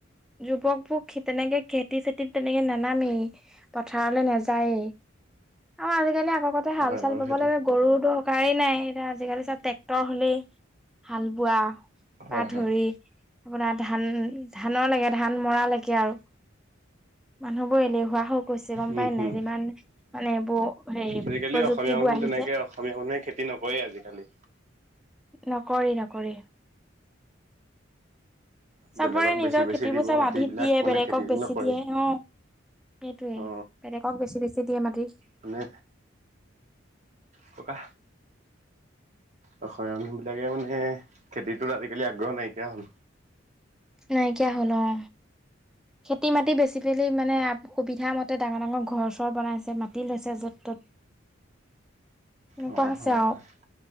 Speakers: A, in the centre; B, on the right.
A: যুৱকবোৰ তেনেকে খেতি চেতিত তেনেকে নানামেই। পথাৰলে নাযায়েই আৰু আজিকালি আগৰ কতে হাল
B: হয়
A: চাল
B: বাৰু
A: বাবলৈ
B: সেইটো
A: গৰুৰ দৰকাৰেই নাই এতিয়া, আজিকালি চব ট্ৰেক্টৰ হ'লেই হাল বোৱা
B: হয়
A: পা
B: হয়
A: ধৰি আপোনাৰ ধান ধানলৈকে ধান মৰালৈকে আৰু। মানুহবোৰ এলেহুৱা হৈ গৈছে গ'ম
B: উম
A: পাই
B: হম
A: নে যিমান মানে এইবোৰ হেৰি
B: আজিকালি
A: প্ৰযুক্তিবোৰ
B: অসমীয়া মানুহ
A: আহিছে।
B: তেনেকে অসমীয়া মানুহে খেতি নকৰেই আজিকালি।
A: নকৰে নকৰে। চবৰে
B: বেলেগক
A: নিজৰ
B: বেছি বেছি
A: খেতিবোৰ
B: দিব
A: চব
B: মাটিবিলাক
A: আধিত দিয়ে
B: মানে
A: বেলেগক
B: খেতি
A: বেচি
B: নকৰেই
A: দিয়ে অ'। সেইটোয়ে,
B: অ
A: বেলেগক বেছি বেছি দিয়ে মাটি।
B: মানে, ককা অসমীয়া মানুহ বিলাকে মানে খেতিটোত আজিকালি আগ্ৰহ নাইকিয়া হ'ল।
A: নাইকিয়া হ'ল অ'। খেতি মাতি বেছি পেলি মানে সুবিধামতে ডাঙৰ ডাঙৰ ঘৰ চৰ বনাইছে মাটি লৈছে য'ত ত'ত। এনেকুৱা
B: অ
A: হৈছে
B: হয়
A: আৰু,
B: হয়